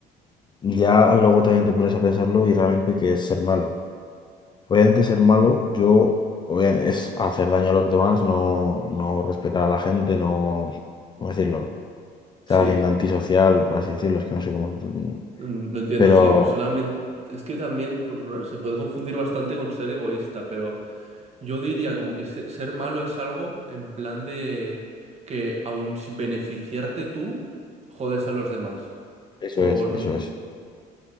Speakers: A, on the left (about 25°); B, on the right (about 40°).
A: ya luego también te pones a pensarlo y realmente qué es ser malo. Obviamente ser malo, yo obvia- es hacer daño a los demás, no, no respetar a la gente, no, ¿cómo decirlo? Ser
B: sí.
A: alguien antisocial, por así decirlo, es que no sé cómo. mm,
B: Mm, Lo entiendo,
A: Pero
B: sí. Solamente es que también pues, se puede confundir bastante con ser egoísta, pero yo diría como que se- ser malo es algo en plan de que aun sin beneficiarte tú, jodes a los demás.
A: eso
B: O
A: es,
B: n-
A: eso es.